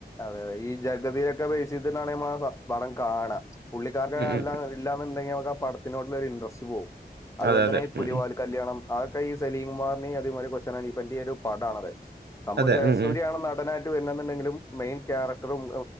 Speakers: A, on the left; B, on the right.
A: അതെ അതെ ഈ ജഗതിയിലൊക്കെ ബേസിട്ടട്ടാണെമ്മ പടം കാണാം പുള്ളിക്കാരൻ
B: ഉം ഉം.
A: ഇല്ലാന്നുണ്ടങ്കി നമക്ക് ആ പടത്തിനോടുള്ള ഒരു ഇൻട്രസ്റ്റ് പോകും അതുപോലെ
B: അതെ
A: തന്നെഈ
B: അതെ.
A: പുലിവാകല്യാണം
B: ഉം ഉം.
A: അതക്കെ ഈ സലീം കുമാറിനെ അതെ പോലെ- കൊച്ചനഹനീഫയും പറ്റി ഒരു പാടാണത് സംഭവ
B: അതെ.
A: ജയസൂര്യാണ്
B: ഉം ഉം.
A: നടനായിട്ട് വരെന്നുണ്ടെങ്കിലും മെയിൻ ക്യാരക്ടറും